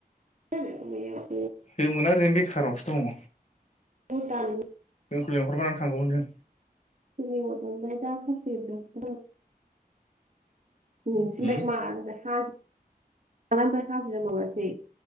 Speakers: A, on the right; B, on the left.
A: दा आरो मैयाव
B: होमोना रोंनि खारावसो दङ।
A: बन दाननो
B: जोंखौ लेंंहरबानो थांगौमोन जों
A: सोरनिब <unintelligible> उम सिलाय
B: होम
A: मानोथो खास माबानिसै खासि जों माबानिसै।